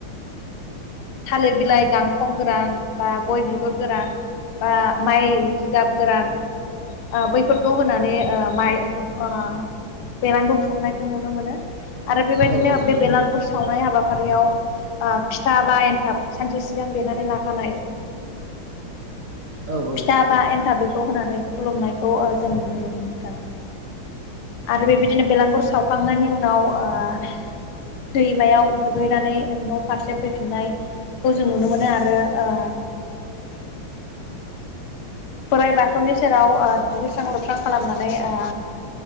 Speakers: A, on the left (about 85°); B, on the right (about 50°).
A: थालिर बिलाइ गांखं गोरान बा गय बिगुर गोरान बा माइ जिगाब गोरान ओ बैफोरखौ होनानै ओ माइ ओ बेरगुर खुंनायखौ नुनो मोनो आरो बेबायदिनो
B: औ
A: बे बेलागुर सावनाय हाबाफारियाव ओ फिथा बा एनथाब सानसे सिगां देनानै लाखानाय
B: औ औ
A: फिथाबा एन्थाब बे खौ होनानै खुलुमनायखौ ओ जों नुनो मोनो नोंथां आरो बेबायदिनो बेलांगुर सावखांनायनि उनाव ओ दैमायाव दुगैनानै न' फारसे फैफिननायखौ जों नुनो मोनो आरो ओ बोराइ बाथौनि सेराव ओ दुगैस्रां लोबस्रां खालामनानै ओ